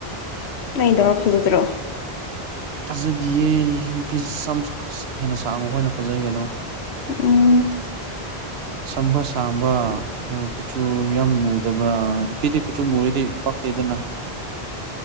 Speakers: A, on the left (about 90°); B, on the right (about 75°).
A: ꯅꯪꯒꯤꯗꯨꯅ ꯐꯖꯗ꯭ꯔꯣ
B: ꯐꯖꯗꯤꯌꯦ ꯅꯨꯄꯤ ꯆꯝ ꯍꯦꯟꯅ ꯁꯥꯡꯕ ꯍꯣꯢꯅ ꯐꯖꯩ ꯀꯩꯅꯣ
A: ꯎꯝ
B: ꯁꯝꯕ ꯁꯥꯥꯡꯕ ꯑ ꯀꯨꯆꯨ ꯌꯥꯝ ꯃꯨꯗꯕ ꯅꯨꯄꯤꯗꯤ ꯀꯨꯆꯨ ꯃꯨꯨꯔꯗꯤ ꯄꯥꯛꯇꯦꯗꯅ